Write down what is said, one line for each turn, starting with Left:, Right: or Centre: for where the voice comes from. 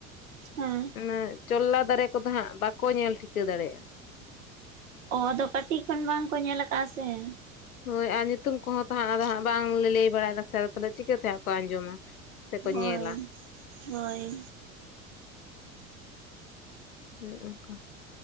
Right: ᱦᱮᱸ
Left: <unintelligible> ᱚᱱᱟ ᱪᱚᱞᱞᱟ ᱫᱟᱨᱮ ᱠᱚᱫᱚ ᱦᱟᱸᱜ ᱵᱟᱠᱚ ᱧᱮᱞ ᱴᱷᱤᱠᱟᱹ ᱫᱟᱲᱮᱭᱟᱜᱼᱟ ᱾
Right: ᱚᱻ ᱟᱫᱚ ᱠᱟᱹᱴᱤᱡ ᱠᱷᱚᱱ ᱵᱟᱝ ᱠᱚ ᱧᱮᱞ ᱟᱠᱟᱫᱼᱟ ᱥᱮ ᱾
Left: ᱦᱚᱭ ᱟᱨ ᱧᱩᱛᱩᱢ ᱠᱚᱦᱚᱸ ᱛᱚ ᱦᱟᱸᱜ ᱟᱫᱚ ᱦᱟᱸᱜ ᱵᱟᱝᱞᱮ ᱞᱟᱹᱭ ᱵᱟᱲᱟᱭ ᱫᱟ ᱛᱚ ᱛᱟᱦᱚᱞᱮ ᱪᱤᱠᱟᱹᱛᱮ ᱦᱟᱸᱜ ᱠᱚ ᱟᱸᱡᱚᱢᱟ ᱾ ᱥᱮᱠᱚ
Right: ᱦᱳᱭ
Left: ᱧᱮᱞᱟ
Right: ᱦᱳᱭ
Left: <unintelligible> <unintelligible> ᱚᱝᱠᱟ